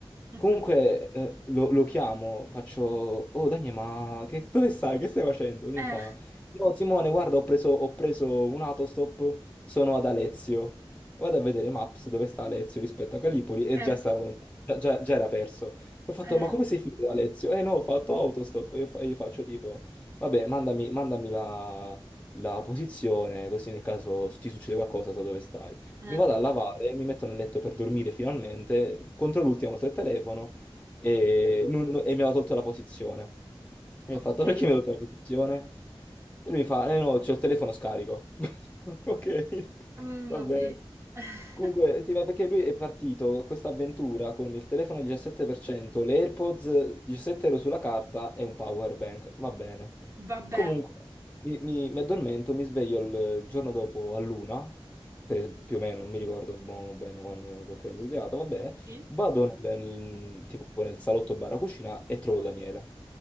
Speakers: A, on the right (about 30°); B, on the left (about 15°).
A: <laughs>
B: Comunque eh, lo, lo chiamo, faccio, oh Daniele, ma che- dove stai? Che stai facendo? Lui
A: Eh,
B: mi fa, no Simone, guarda, ho preso, ho preso un autostop, sono ad Alezio. Vado a vedere Maps dove sta Alezio rispetto a Calipoli e
A: eh,
B: già stava lontano, già, già- già era perso. E Ho fatto,
A: eh,
B: ma come sei finito ad Alezio? Eh no, ho fatto autostop. E io, fa- io faccio tipo, vabbè, mandami, mandami la, la posizione, così nel caso ti succede qualcosa so dove stai.
A: eh.
B: Mi vado a lavare, mi metto nel letto per dormire finalmente, contro l'ultimo ho avuto il telefono e, non- non- e mi aveva tolto la posizione. E
A: Ok,
B: ho fatto, <laughs> perché mi ha tolto la posizione? E lui mi fa, eh no, c'è il telefono scarico. <laughs> Ok,
A: mm,
B: va
A: va
B: bene.
A: bene. <laughs>
B: Comunque, sì, ma perché lui è partito a questa avventura con il telefono al 17%, le AirPods 17 euro sulla carta e un power bank. Va bene.
A: Vabbè,
B: Comunque, mi, mi- mi addormento, mi sveglio il, il giorno dopo a luna, per- più o meno, non mi ricordo mo bene quando che ora mi sono svegliato, va bene.
A: Sì.
B: Vado nel, nel- tipo nel salotto barra cucina e trovo Daniele.